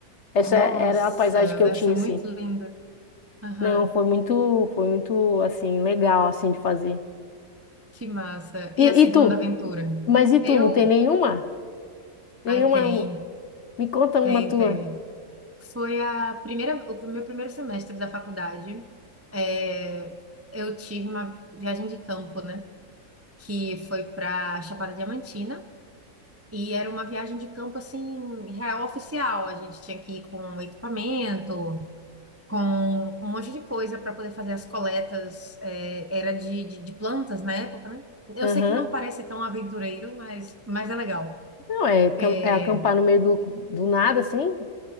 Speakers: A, on the left; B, on the right.
A: Essa
B: Nossa,
A: era a paisagem que
B: deve
A: eu tinha,
B: ser muito
A: assim.
B: lindo. Aham.
A: Não, foi muito, foi muito, assim, legal, assim, de fazer.
B: Que massa. E
A: E,
B: a
A: e
B: segunda
A: tu?
B: aventura?
A: Mas e tu,
B: Eu?
A: não tem nenhuma? Nenhuma?
B: Ai, tem,
A: Me conta uma
B: tem,
A: tua.
B: tem. Foi a primeira, o meu primeiro semestre da faculdade. É, eu tive uma viagem de campo, né? Que foi para Chapada Diamantina. E era uma viagem de campo, assim, real oficial. A gente tinha que ir com equipamento, com um monte de coisa para poder fazer as coletas. é, era de, de, de plantas na época, né? Eu
A: Aham.
B: sei que não parece tão aventureiro, mas, mas é legal.
A: Não, é, cam-
B: É,
A: é acampar no meio do, do nada, assim?